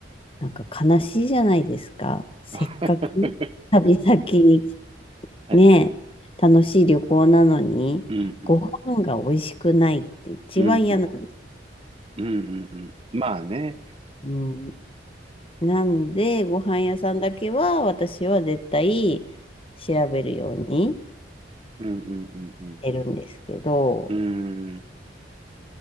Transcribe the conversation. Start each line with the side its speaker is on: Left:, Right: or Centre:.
Left: なんか悲しいじゃないですか。せっかく旅先に
Right: <laughs> はい。
Left: ねえ、楽しい旅行なのに、
Right: うん、うん、
Left: ご飯が美味しくないって一番嫌なんです。
Right: うん、うん、うん、うん。うんまあね。
Left: うん。なんで、ご飯屋さんだけは私は絶対調べるように
Right: うん、うん、うん、うん。
Left: してるんですけど、
Right: うーん